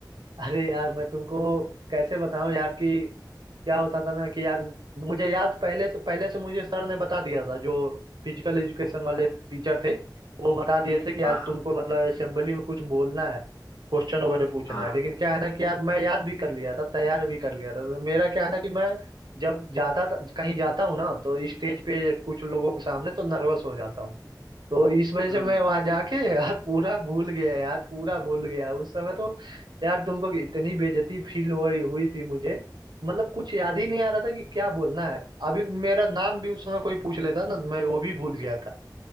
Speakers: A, on the right (about 70°); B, on the left (about 80°).
A: अरे यार मैं तुमको कैसे बताऊं यार कि क्या होता था ना कि यार मुझे याद पहले से पहले से मुझे सर ने बता दिया था जो फिजिकल एजुकेशन वाले टीचर थे वो बता दिए थे कि यार
B: हाँ हाँ
A: तुमको मतलब असेंबली में कुछ बोलना है क्वेश्चन वगैरह पूछना
B: हाँ,
A: है लेकिन क्या है ना कि यार मैं याद भी कर लिया था तैयार भी कर लिया था तो मेरा क्या है ना कि मैं जब जाता था कहीं जाता हूँ ना तो स्टेज पे कुछ लोगों के सामने तो नर्वस हो जाता हूँ तो इस वजह से
B: हम्म
A: मैं वहां जाके यार पूरा भूल गया यार पूरा भूल गया उस समय तो यार तुमको इतनी बेइज्जती फील हो हुई थी मुझे मतलब कुछ याद ही नहीं आ रहा था कि क्या बोलना है अभी मेरा नाम भी उस समय कोई पूछ लेता ना मैं वो भी भूल गया था